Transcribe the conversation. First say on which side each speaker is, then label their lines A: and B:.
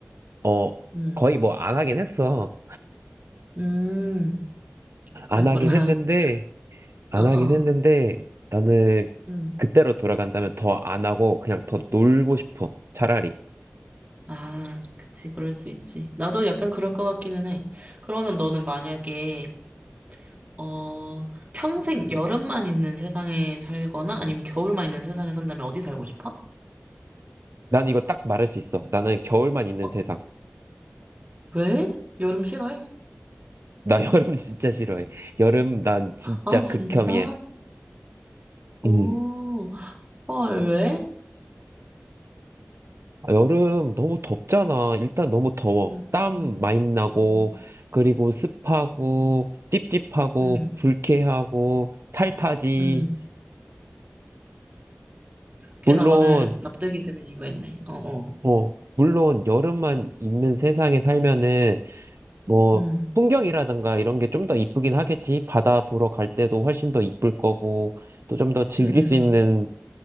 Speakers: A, on the right; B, on the right.
A: 어,
B: 음,
A: 거의 뭐 안 하긴 했어.
B: 음,
A: 안
B: 그랬구나.
A: 하긴 했는데,
B: <laughs>
A: 안
B: 어, 어,
A: 하긴 했는데, 나는
B: 음.
A: 그때로 돌아간다면 더 안 하고 그냥 더 놀고 싶어. 차라리.
B: 아, 그치, 그럴 수 있지. 나도 약간 그럴 것 같기는 해. 그러면 너는 만약에, 어, 평생 여름만 있는 세상에 살거나 아니면 겨울만 있는 세상에 산다면 어디 살고 싶어?
A: 난 이거 딱 말할 수 있어. 나는 겨울만 있는
B: 어,
A: 세상.
B: 왜? 여름 싫어해?
A: 나 <laughs> 여름 진짜 싫어해. 여름 난 진짜
B: 아, 진짜?
A: 극혐이야.
B: 오,
A: 음.
B: 헐, 왜?
A: 아, 여름 너무 덥잖아. 일단 너무 더워.
B: 음,
A: 땀 많이 나고,
B: 음,
A: 그리고 습하고, 찝찝하고,
B: 음,
A: 불쾌하고, 탈타지.
B: 음. 꽤나
A: 물론,
B: 많은 납득이 되는 이유가 있네. 어, 어.
A: 어, 물론 여름만 있는 세상에 살면은 뭐
B: 음,
A: 풍경이라든가 이런 게 좀 더 이쁘긴 하겠지. 바다 보러 갈 때도 훨씬 더 이쁠 거고 또 좀 더 즐길
B: 음, 음.
A: 수 있는